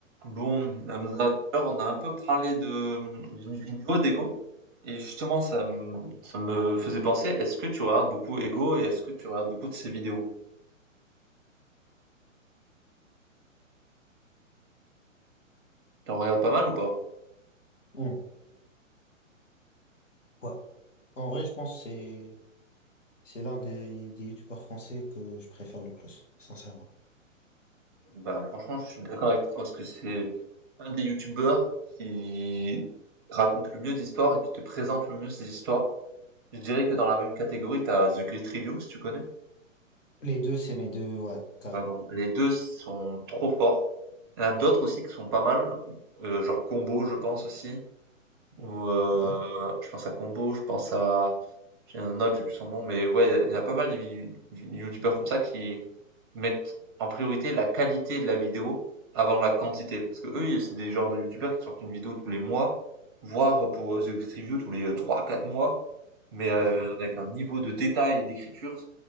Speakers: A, on the right; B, on the left.
A: Bon, Hamza, tout à l'heure, on a un peu parlé de d'une vidéo d'Ego, et justement, ça me, ça me faisait penser, est-ce que tu regardes beaucoup Ego et est-ce que tu regardes beaucoup de ses vidéos? Tu en regardes pas mal ou pas?
B: Hmm. Ouais. En vrai, je pense que c'est c'est l'un des, des youtubeurs français que je préfère le plus, sincèrement.
A: Bah, franchement, je suis d'accord avec toi parce que c'est un des youtubeurs qui raconte le mieux d'histoires et qui te présente le mieux ses histoires. Je dirais que dans la même catégorie, t'as The Great Review, si tu connais.
B: Les deux, c'est mes deux, ouais, carrément.
A: Vraiment, les deux sont trop forts. Il y en a d'autres aussi qui sont pas mal, euh, genre Combo, je pense aussi. Ou heu,
B: Ouais,
A: je pense à Combo, je pense à j'ai un autre, j'ai plus son nom, mais ouais, il y a il y a pas mal de vi vi youtubeurs comme ça qui mettent en priorité la qualité de la vidéo avant la quantité. Parce que eux, ils c'est des genres de youtubeurs qui sortent une vidéo tous les mois, voire pour, heu, The Great Review tous les euh, trois quatre mois, mais heu,
B: ouais,
A: avec un niveau de détail et d'écriture,